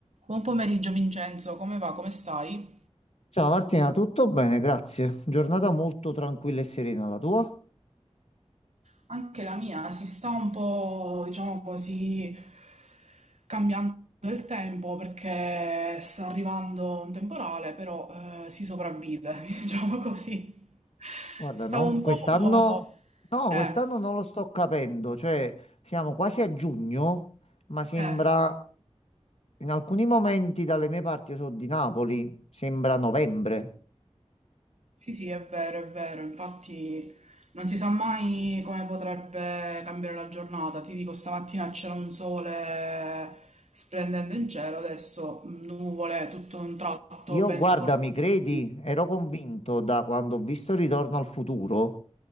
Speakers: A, on the right; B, on the left.
A: Buon pomeriggio Vincenzo, come va? Come stai?
B: Ciao Martina, tutto bene, grazie. Giornata molto tranquilla e serena la tua?
A: Anche la mia si sta un po', diciamo così, cambiando il tempo perché sta arrivando un temporale, però eh, si sopravvive, <laughs> diciamo così.
B: Guarda,
A: Stavo
B: non-
A: un
B: quest'anno
A: po'...
B: no,
A: Eh,
B: quest'anno non lo sto capendo, cioè siamo quasi a giugno, ma sembra
A: eh.
B: in alcuni momenti dalle mie parti, io sono di Napoli, sembra novembre.
A: Sì, sì, è vero, è vero. Infatti non si sa mai come potrebbe cambiare la giornata. Ti dico, stamattina c'era un sole splendente in cielo, adesso nuvole, tutto un tratto,
B: Io,
A: vento
B: guarda,
A: fortissimo.
B: mi credi? Ero convinto da quando ho visto Ritorno al futuro.